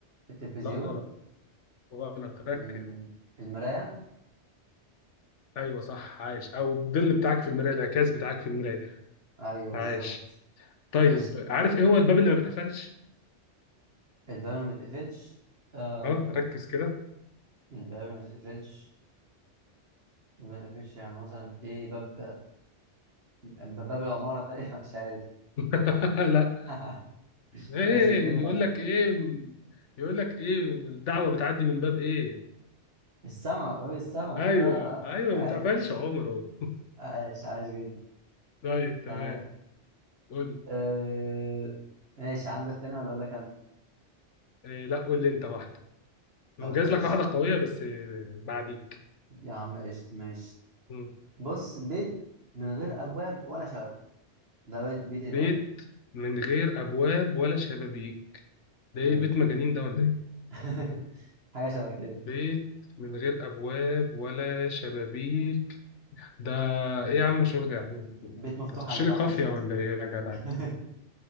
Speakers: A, on the right (about 60°); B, on the left (about 85°).
A: التلفزيون
B: لا غلط غلط ركز
A: م- المرايه
B: ايوه صح عايش او الظل بتاعك في المراية الانعكاس بتاعك في المراية
A: ايوه بالظبط
B: عايش طيب
A: قشطة
B: عارف ايه هو الباب اللي ما بيتقفلش
A: الباب ما بيتقفلش آه
B: اه ركز كده
A: الباب ما بيتقفلش ما بيتقفلش يعني مثلا ايه باب باب باب العمارة طيب <laughs> مش عارف
B: <laughs> لا
A: <laughs>
B: ايه
A: بس بيتقفل
B: يقول
A: عادي
B: لك ايه يقول لك ايه الدعوة بتعدي من باب ايه
A: السما باب السما
B: ايوه
A: اه
B: ايوه
A: عايش
B: ما بيتقفلش عمره
A: عايش عايش جدا
B: <laughs> طيب تمام
A: تمام
B: قول لي
A: آه ماشي عندك تاني ولا اقول لك انا
B: إيه لا قول لي انت واحده
A: طب
B: مجهز
A: ماشي
B: لك واحده قويه بس إيه، بعديك
A: يا عم قشطة ماشي
B: مم.
A: بص بيت من غير ابواب ولا شبابيك ده بي- بيت ايه
B: بيت
A: بقى؟
B: من غير ابواب ولا شبابيك ده
A: مم.
B: ايه بيت مجانين ده ولا ايه
A: <laughs> حاجة شبه كده
B: بيت من غير ابواب ولا شبابيك ده ايه يا عم شغل يا عم أنت
A: بيت مفتوح
B: هتخش
A: على البحر
B: لي قافيه
A: شوف
B: ولا
A: انت
B: ايه يا جدع
A: <laughs>
B: انت